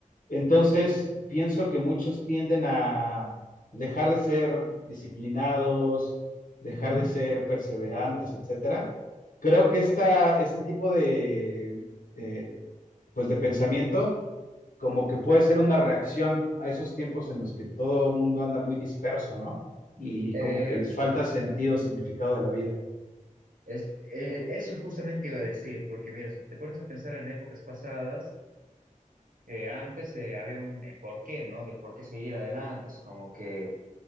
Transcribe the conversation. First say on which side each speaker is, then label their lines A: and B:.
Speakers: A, on the left; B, on the right.
A: Entonces, pienso que muchos tienden a dejar de ser disciplinados, dejar
B: ujú.
A: de ser perseverantes, etcétera. Creo que esta, este tipo de, eh, pues de pensamiento como que puede ser una reacción a esos tiempos en los que todo mundo anda muy disperso, ¿no? Y
B: Eh,
A: como que les falta sentido, significado de la vida.
B: es- eh, eso justamente iba a decir, porque mira, si te pones a pensar en épocas pasadas, eh, antes eh, había un el por qué, ¿no? Del por qué seguir adelante, es como que